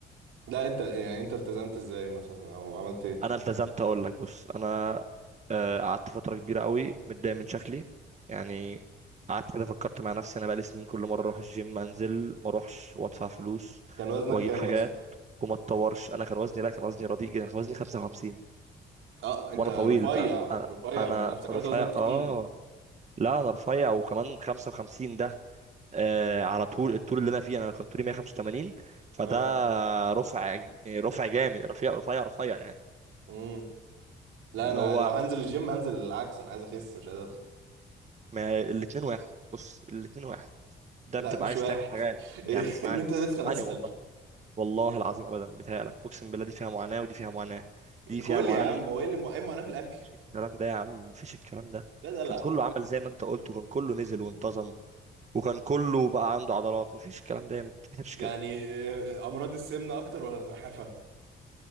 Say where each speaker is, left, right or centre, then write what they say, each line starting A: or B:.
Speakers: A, on the right (about 85°); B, on the right (about 35°).
A: لا انت يعني انت التزمت ازاي مثلا او عملت ايه
B: انا التزمت اقول لك بص انا آه، قعدت فتره كبيره قوي متضايق من شكلي يعني قعدت كده فكرت مع نفسي انا بقالي سنين كل مره اروح الجيم انزل ما اروحش وادفع فلوس
A: كان وزنك
B: واجيب
A: كام
B: حاجات
A: مثلا
B: وما اتطورش انا كان وزني لا كان وزني رديء جدا كان وزني 55
A: اه انت
B: وانا
A: رفيع
B: طويل أ- أ-
A: رفيع
B: انا
A: انا افتكرت
B: رفيع
A: وزنك تخين
B: اه لا انا رفيع وكمان 55 ده آه على طول الطول اللي انا فيه انا كنت طولي 185 فده
A: اه
B: رفع رفع جامد رفيع رفيع رفيع يعني
A: مم. لا
B: اللي
A: انا
B: هو
A: لو هنزل الجيم هنزل العكس انا عايز اخس مش عايز ادخل
B: ما الاتنين واحد بص الاتنين واحد ده
A: لا
B: بتبقى
A: مش
B: عايز
A: واحد
B: تعمل حاجة
A: <laughs>
B: يا عم اسمعني
A: ان انت تدخل
B: اسمعني
A: اسهل
B: والله والله العظيم ابدا بتهيألك اقسم بالله دي فيها معاناة ودي فيها معاناة دي فيها
A: كل
B: معاناة
A: يا عم
B: ان انت
A: هو ايه اللي مع- ايه المعاناه في الاكل
B: الكلام ده يا عم مفيش الكلام ده
A: ده دلع
B: كان كله عمل زي ما انت قلت وكان كله نزل وانتظم وكان كله بقى عنده عضلات مفيش الكلام ده ما بتتحسبش
A: يعني
B: كده
A: آه، امراض السمنه اكتر ولا النحافه